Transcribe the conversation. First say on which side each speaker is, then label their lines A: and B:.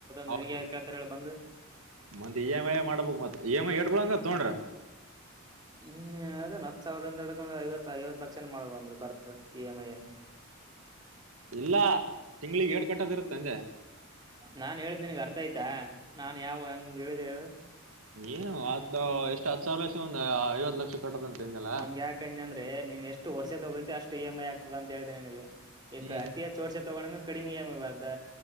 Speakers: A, on the right (about 85°); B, on the right (about 20°).
A: ಹೌದ,
B: ನಿನಗೆ ಯಾರ್ ಕೇಳ್ತಾರ ಹೇಳ ಬಂದು
A: ಮತ್ತೆ, ಇ, ಎಮ್, ಐ. ಮಾಡಬೇಕು ಮತ್ತೆ, ಇ, ಎಮ್, ಐ ಎರಡರಲ್ಲಿ ಒಂದು. <unintelligible> ತಗೊಂಡ್ರಾ? <inaudible>
B: ಹ್ಮ್ ಅದೇನ್ ಹತ್ ಸಾವಿರದಿಂದ ಎ್ರ ಐವತ್ತು ಐವತ್ ಲಕ್ಷನ ಮಾಡಬಂದ್ ಬರ್ತ ಇ ಎಮ್ ಐ ಅಲ್ಲಿ
A: ಇಲ್ಲ ತಿಂಗ್ಳಿಗೆ ಏಡ್ ಕಟ್ಟದ್ ಇರುತ್ತೆ ಅಂದೆ
B: ನಾನ್ ಹೇಳಿದ ನಿನ್ಗ್ ಅರ್ಥ ಆಯ್ತಾ ನಾನ್ ಯಾವ ಹೆಂಗ ಹೇಳಿದೆ ಹೇಳು
A: ಏನು ಆತ್ ಎಷ್ಟ್ ಹತ್ತು ಸಾವಿರಷ ಒಂದ ಐವತ್ ಲಕ್ಷ ಕಟ್ಟೋದಂತ ಅಂದಲ್ಲ
B: ಹಂಗ ಯಾಕಂದ ಅಂದ್ರೆ ನೀನ್ ಎಷ್ಟು ವರ್ಷೆ ತಗೋತತಿ ಅಷ್ಟು ಇ ಎಮಂ ಐ ಆಗ್ತದ ಅಂತ ಹೇಳ್ದಿನಿ ನನ್ಗೆ.. ಈಗ
A: ಹ್ಮ್,
B: ಅತಿ ಹೆಚ್ಚು ವರ್ಷದ ತಗೊಂಡ ಕಡಿಮೆ ಇ ಎಮಂ ಐ ಬಾರ್ದ